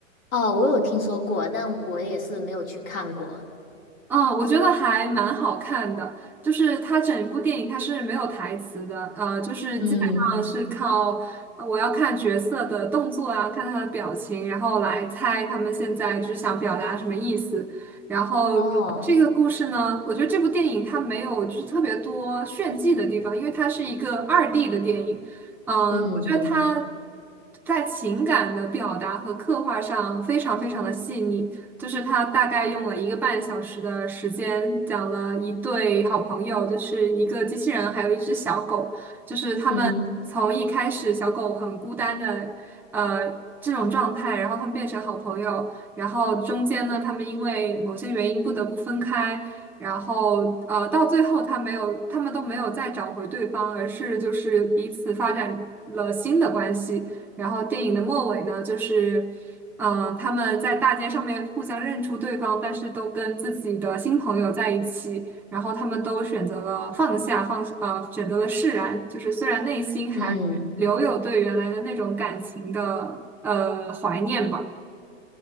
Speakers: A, on the left (about 90°); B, in the centre.
A: 哦，我有听说过，但我也是没有去看过。
B: 嗯，我觉得还蛮好看的，就是它整部电影它是没有台词的，呃，就是基本上是靠呃我要看角色的动作啊，
A: 嗯
B: 看他的表情，然后来猜他们现在就是想表达什么意思。然后这个故事呢，
A: 哦，
B: 我觉得这部电影它没有就是特别多炫技的地方，因为它是一个二 d 的电影，嗯，
A: 嗯嗯
B: 我觉得它在情感的表达和刻画上非常非常的细腻。就是他大概用了一个半小时的时间，讲了一对好朋友，就是一个机器人，还有一只小狗，就是他们从一开始小狗很孤单的，
A: 嗯
B: 呃，这种状态，然后他们变成好朋友，然后中间呢，他们因为某些原因不得不分开，然后呃，到最后他没有，他们都没有再找回对方，而是就是彼此发展了新的关系。然后电影的末尾呢，就是。嗯，他们在大街上面互相认出对方，但是都跟自己的新朋友在一起，然后他们都选择了放下，放，呃，选择了释然，就是虽然内心还留有对原来的那种感情的呃怀念吧。
A: 嗯，